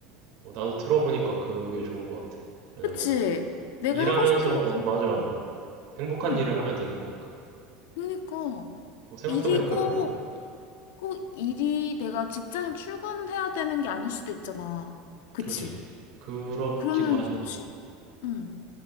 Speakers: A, on the right; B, on the left.
A: 어, 나도 들어보니까 그게 좋은 것 같아. 왜냐면
B: 그치? 내가
A: 일하면서
B: 하고 싶은 거
A: 어,
B: 다 해보고
A: 맞아 맞아
B: 싶어.
A: 행복한
B: 응.
A: 일을 하면 되는 거니까.
B: 그러니까.
A: 어, 생각해보니까
B: 일이
A: 그러네요.
B: 꼭, 꼭 일이 내가 직장에 출근해야 되는 게 아닐 수도 있잖아. 그치?
A: 그지? 그렇기도
B: 그러면
A: 하지.
B: 좋지.
A: 어.
B: 응.